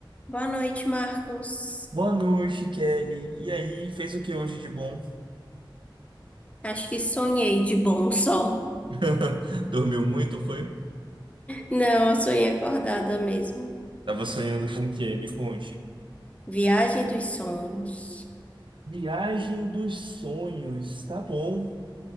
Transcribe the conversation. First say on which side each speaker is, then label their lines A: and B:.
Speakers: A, on the left (about 15°); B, on the right (about 70°).
A: Boa noite, Marcos.
B: Boa noite, Kelly. E aí, fez o que hoje de bom?
A: Acho que sonhei de bom sol.
B: <laughs> Dormiu muito, foi?
A: Não, eu sonhei acordada mesmo.
B: Tava sonhando com o quê? Me conte.
A: Viagem dos sonhos.
B: Viagem dos sonhos, tá bom.